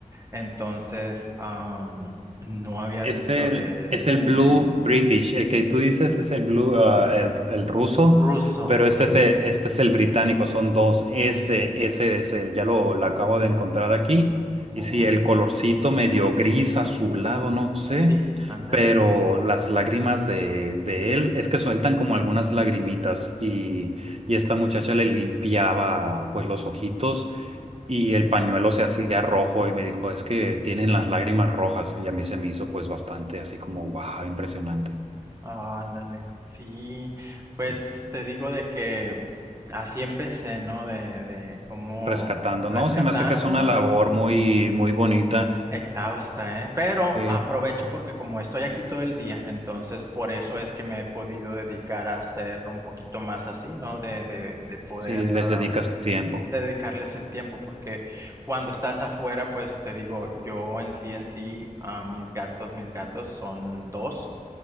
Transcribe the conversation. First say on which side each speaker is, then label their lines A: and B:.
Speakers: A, on the right; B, on the right.
A: Entonces, am, no había
B: Es
A: visto
B: el,
A: de
B: es
A: ese
B: el Blue British, el que tú dices es el Blue, ah, el, el ruso,
A: ruso,
B: pero
A: sí.
B: este es el, este es el británico, son dos S,
A: Mm,
B: S es el, ya lo, lo acabo de encontrar aquí.
A: Órale,
B: Y sí, el colorcito medio gris, azulado, no sé,
A: sí, ándale,
B: pero las lágrimas de, de él es que sueltan como algunas lagrimitas y, y esta muchacha le limpiaba pues los ojitos y el pañuelo se hacía rojo y me dijo, es que tienen las lágrimas rojas. Y a mí se me hizo pues bastante así como, wow, impresionante.
A: ah, ándale. Sí, pues
B: Sí.
A: te digo de que así empecé, ¿no? De, de cómo
B: Rescatando,
A: rescatando.
B: ¿no? Se me hace que es una labor muy, muy bonita.
A: Exhausta, ¿eh? Pero
B: Sí.
A: aprovecho porque como estoy aquí todo el día, entonces por eso es que me he podido dedicar a ser un poquito más así, ¿no? De, de, de poder,
B: Sí, les
A: ah,
B: dedicas tiempo.
A: de dedicarles el tiempo, porque cuando estás afuera, pues te digo, yo en sí, en sí, a mis gatos, mis gatos son dos,